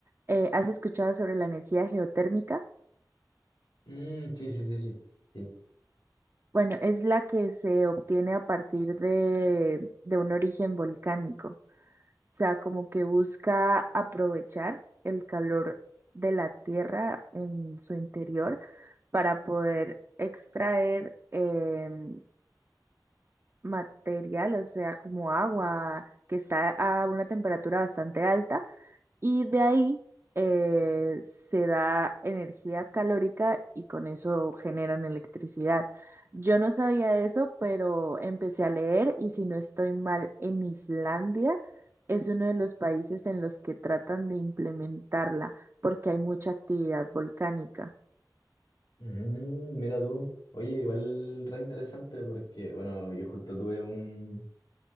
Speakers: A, on the right; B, on the left.
A: Eh, ¿has escuchado sobre la energía geotérmica?
B: Mm, sí, sí, sí, sí. Sí.
A: Bueno, es la que se obtiene a partir de, de un origen volcánico. sea, como que busca aprovechar el calor de la tierra en su interior para poder extraer em, material, o sea, como agua que está a una temperatura bastante alta y de ahí eh, se da energía calórica y con eso generan electricidad. Yo no sabía eso, pero empecé a leer y si no estoy mal, en Islandia es uno de los países en los que tratan de implementarla porque hay mucha actividad volcánica.
B: Mm, mira tú. Oye, igual re interesante porque, bueno, yo justo tuve un,